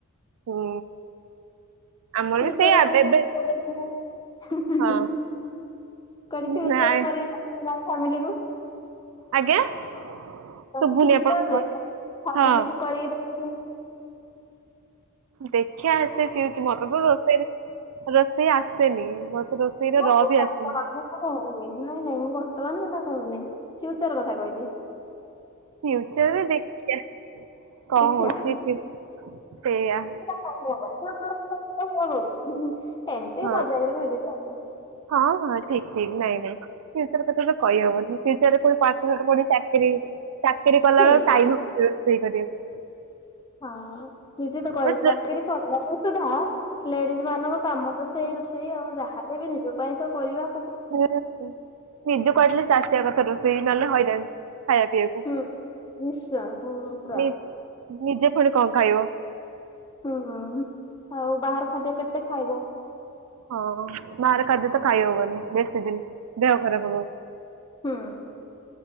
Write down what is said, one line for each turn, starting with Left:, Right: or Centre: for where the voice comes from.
Right: ହୁଁ। ଆମର
Left: ଫ୍ୟୁଚରରେ
Right: ବି ସେଇଆ
Left: ପୁଣି
Right: ଏବେ
Left: କଉଠି କଲେଜ ପୁଣି। ହ୍ନୁ
Right: ହଁ
Left: ହ୍ନୁ। କହିଲି
Right: ହଁ
Left: ଫିୟୁଚରରେ
Right: ନାଇଁ
Left: କରିକି ଫାମିଲିକୁ।
Right: ଆଜ୍ଞା। ଶୁଭୁନି
Left: କହିଲି ଫ୍ୟୁଚରରେ
Right: ଆପଣ କଣ କହୁଛନ୍ତି।
Left: ଫ୍ୟାମିଲିକୁ
Right: ହଁ।
Left: କରିକି ଦେଖା।
Right: ଦେଖଆ ଏତେ ପିଉଛି। ମତେ ତ ରୋଷେଇ। ରୋଷେଇ ଆସେନି। ମତେ ରୋଷେଇର
Left: ନାଇଁ
Right: ର
Left: ମୁଁ
Right: ବି
Left: ବର୍ତ୍ତମାନ
Right: ଆସେନି।
Left: ନାଇଁ ନାଇଁ ମୁଁ ବର୍ତ୍ତମାନ କଥା କହୁନି ଫିୟୁଚର କଥା କହିଲି।
Right: ଫିୟୁଚରରେ ଦେଖିବା କଣ
Left: ଦେଖିଆ।
Right: ହଉଛି ସେଇୟା।
Left: ଏମିତି
Right: ହଁ
Left: ମଜାାଗରେ କହିଦେଲି ଆଉ।
Right: ହଁ ହଁ ଠିକ ଠିକ ନାଇଁ ନାଇଁ ଫ୍ୟୁଚର କଥା ତ କହିହବନି ଫ୍ୟଚରରେ ଫୁଣି। ପାଠ ସାଠ ପଢିକି ଚାକିରି। ଚାକିରି କଲାବେଳକୁ
Left: ଠିକ୍ ହଁ
Right: ଟାଇମ ହବନି ରୋଷେଇ କରିବାକୁ।
Left: ହଁ ନିଜେତ
Right: କରିବାକୁ
Left: ଚାକିରିୀ କଲାବେଳେ ସୁଧା ଲେଡିଜ ମାନଙ୍କ କାମ। ତ ସେଇ ରୋଷେଇ ଆଉ। ଯାହେଲେ ବି ନିଜ ପାଇଁ ତ କରିବା।
Right: ହୁଁ ନିଜକୁ ଆଟଲିଷ୍ଟି ଆସିବା କଥା ରୋଷେଇ ନହେଲେ ହଇରାଣ ଖାଇବା ପିଇବାକୁ।
Left: ହୁଁ ନିଶ୍ଚୟ ପୂଜା।
Right: ନି ନିଜେ ପୁଣି କଣ ଖାଇବ
Left: ହୁଁ ଆଉ ବାହାର ଖାଦ୍ୟ କେତେ ଖାଇବ।
Right: ହଁ ବାହାର ଖାଦ୍ୟ ତ ଖାଇ ହବନି। ସେଦିନ। ଦେହ ଖରାପ ହବ।
Left: ହୁଁ